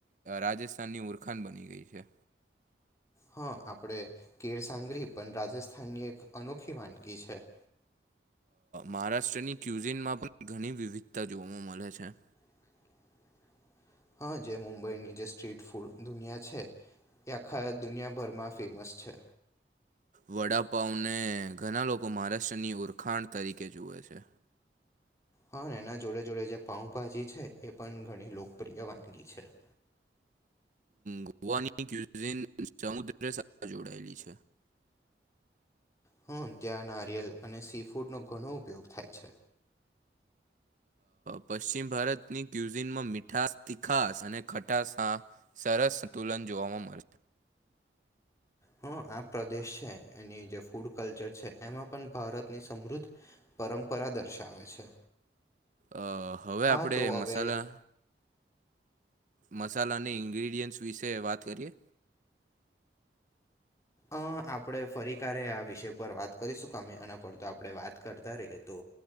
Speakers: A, on the right (about 45°); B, on the left (about 15°).
A: રાજસ્થાનની ઓરખાન બની ગઈ છે
B: હા આપણેે કેળસાંગરી પણ રાજસ્થાનની એક અનોખી વાનગી છે <inaudible>
A: મહારાષ્ટ્રની ક્યુઝીનમાં પણ ઘણી વિવિધતા જોવા મળે છે
B: <inaudible> હા જે મુંબઈની જે સ્ટ્રીટ ફૂડ દુનિયા છે એ આખા દુનિયાભરમાં ફેમસ છે
A: વડાપાઉને ઘણા લોકો મહારાષ્ટ્રની ઉરખાણ તરીકે જુએ છે
B: હ એના જોડે જોડે જે પાઉભાજી છે એ પણ ઘણી લોકપ્રિય વાનગી છે <inaudible>
A: ગોવાની ક્યુઝિન સમુદ્ર સાથે જોડાયેલી છે
B: હમ ત્યાં નારિયેલ અને સી ફૂડ નો ઘણો ઉપયોગ થાય છે
A: પશ્ચિમ ભારતની ક્યુઝિનમાં મીઠાસ તીખાસ અને ખટાસ સરસ સંતુલન જોવા મળે છે
B: હા આ પ્રદેશ છે એની જે ફૂડ કલ્ચર છે એમાં પણ ભારતની સમૃદ્ધ પરંપરા દર્શાવે છે
A: અ હવે
B: હા
A: આપણે
B: તો
A: મસાલા
B: હવે
A: મસાલાની ઇન્ગ્રીડિયન્ટ્સ વિશે વાત કરીએ
B: અ આપણે ફરી કારે આ વિષય પર વાત કરીશું કમે એના પર તો આપણે વાત કરતા રહીએ તો